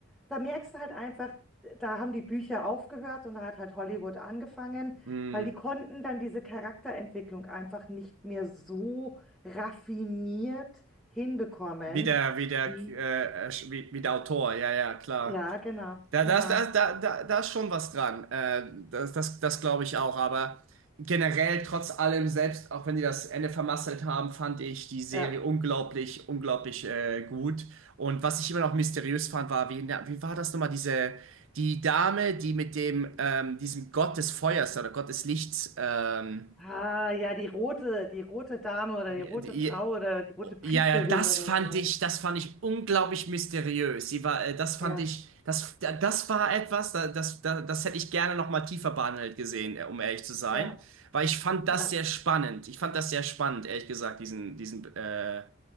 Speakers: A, in the centre; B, on the right.
A: da merkst du halt einfach, da haben die Bücher aufgehört und da hat halt Hollywood angefangen,
B: mm.
A: weil die konnten dann diese Charakterentwicklung einfach nicht mehr so raffiniert hinbekommen,
B: Wie der, wie der,
A: wie,
B: äh, äh, wie, wie der Autor, ja, ja, klar.
A: ja, genau,
B: Da,
A: genau,
B: da, ist- da, da, da, da ist schon was dran. Äh, das das, das glaube ich auch. Aber generell, trotz allem, selbst auch wenn die das Ende vermasselt haben, fand ich die Serie
A: ja.
B: unglaublich, unglaublich äh, gut. Und was ich immer noch mysteriös fand, war, wie, na, wie war das nochmal, diese, die Dame, die mit dem, ähm, diesem Gott des Feuers oder Gott des Lichts, ähm,
A: Ah, ja, die rote, die rote Dame oder
B: die,
A: die rote
B: die,
A: Frau oder die rote Priesterin
B: ja, ja, das
A: oder
B: fand
A: sowas.
B: ich, das fand ich unglaublich mysteriös. Sie war, äh, das fand
A: Ja,
B: ich, das, da- das war etwas, da- das, da- das hätte ich gerne noch mal tiefer behandelt gesehen, äh, um ehrlich zu sein,
A: ja,
B: weil ich fand
A: ja,
B: das sehr spannend. Ich fand das sehr spannend, ehrlich gesagt, diesen, diesen, äh,